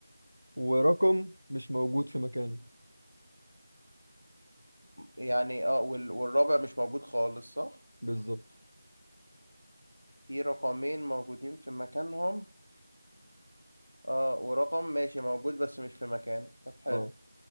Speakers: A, on the left (about 70°); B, on the right (about 60°).
A: ورقم مش موجود في مكانه
B: يعني اه وال- والرابع مش موجود خالص صح؟
A: بالظبط
B: في رقمين موجودين في مكانهم اه ورقم ماشي موجود بس مش في مكانه طب حلو
A: اه